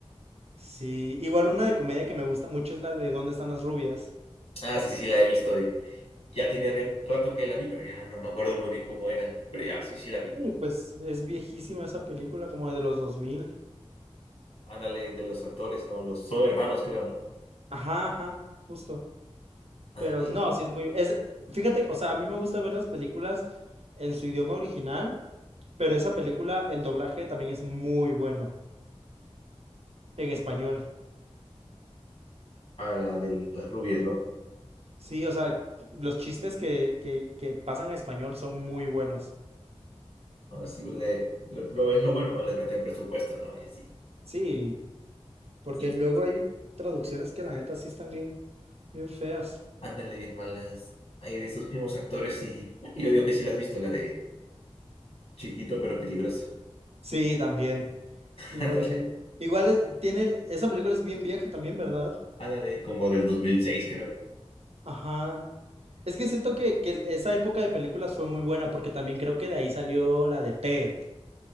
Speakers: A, on the right; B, on the left.
A: Sí, igual una de comedia que me gusta mucho es la de ¿Dónde están las rubias?
B: Ah, sí, sí, sí, la he visto. eh. Ya tiene ri- rato que la vi, pero ya no me acuerdo muy bien cómo era. Pero ya, sí, sí, la vi.
A: Sí, pues es viejísima esa película, como de los dos mil
B: Ándale, de los actores, ¿no? Los son hermanos, creo, ¿no?
A: Ajá, ajá, justo.
B: Ándale,
A: Pero no, sí es muy... Es, fíjate, o sea, a mí me gusta ver las películas en su idioma original, pero esa película, el doblaje también es muy bueno en español.
B: a la de las rubias, ¿no?
A: Sí, o sea, los chistes que, que, que pasan a español son muy buenos.
B: Así le, lo, lo- es lo bueno, ¿no? Les meten presupuesto, ¿no? Y así.
A: Sí, porque
B: Y
A: luego hay traducciones que la neta sí están bien, bien feas.
B: ándale bien malas. Hay de esos mismos actores y yo digo que sí la has visto, la de Chiquito pero peligroso.
A: Sí, también. Igual,
B: Ándale,
A: igual es- tiene, esa película es bien vieja también, ¿verdad?
B: ándale, como del 2006, creo.
A: Ajá. Es que siento que, que esa época de películas fue muy buena porque también creo que de ahí salió la de Ted.